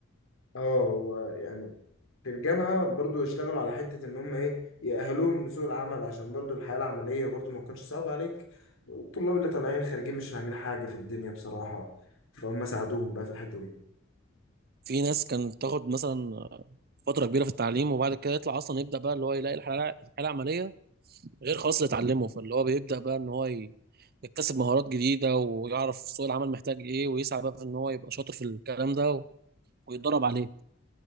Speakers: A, on the left; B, on the right.
A: اه هو يعني في الجامعة برضو يشتغلوا على حتة إن هم إيه يأهلوهم لسوق العمل عشان برضو الحياة العملية برضو ما تكونش صعبة عليك والطلاب اللي طالعين خارجين مش فاهمين حاجة في الدنيا بصراحة فهم ساعدوهم بقى في الحتة دي
B: في ناس كانت تاخد مثلا فتره كبيره في التعليم وبعد كده يطلع اصلا يبدا بقى اللي هو يلاقي الحاله الحاله العمليه غير خالص اللي اتعلمه فاللي هو بيبدا بقى ان هو ي- يكتسب مهارات جديده ويعرف سوق العمل محتاج ايه ويسعى بقى في ان هو يبقى شاطر في الكلام ده ويتدرب عليه